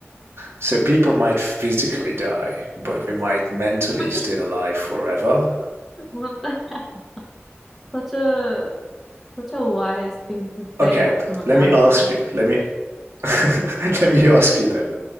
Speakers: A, on the right; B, in the centre.
A: so people might physically die, but we might mentally
B: <laughs>
A: stay alive forever.
B: What the heck? Such a such a wise thing to say,
A: Okay,
B: like from a grandma.
A: let me ask you. Let me <laughs> let me ask you then.